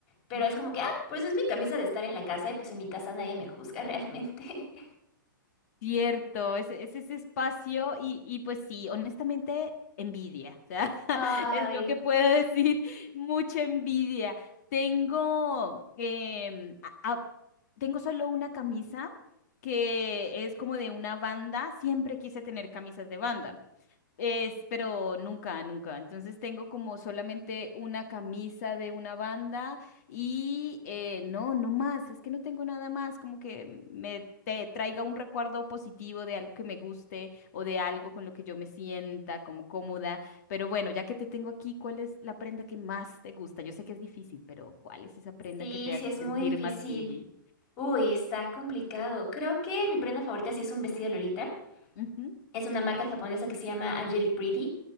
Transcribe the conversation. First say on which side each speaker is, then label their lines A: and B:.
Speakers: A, on the left; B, on the left.
A: Pero
B: ujú.
A: es como que, ah, pues es mi camisa de estar en la casa y pues en mi casa nadie me juzga realmente.
B: Cierto, es, es ese espacio y, y pues sí, honestamente, envidia, o sea, <laughs>
A: <laughs> Ay,
B: es lo que puedo decir, mucha envidia. Tengo, em, a- a- tengo solo una camisa que es como de una banda, siempre quise tener camisas de banda. Es, pero nunca, nunca. Entonces tengo como solamente una camisa de una banda y eh, no, no más. Es que no tengo nada más como que me te traiga un recuerdo positivo de algo que me guste o de algo con lo que yo me sienta como cómoda. Pero bueno, ya que te tengo aquí, ¿cuál es la prenda que más te gusta? Yo sé que es difícil, pero ¿cuál es esa prenda
A: sí,
B: que te hace
A: sí, es
B: sentir
A: muy difícil.
B: más beauty?
A: Uy, está complicado. Creo que mi prenda favorita sí es un vestido Lolita.
B: Ujú,
A: es una marca japonesa que se llama Angelic Pretty.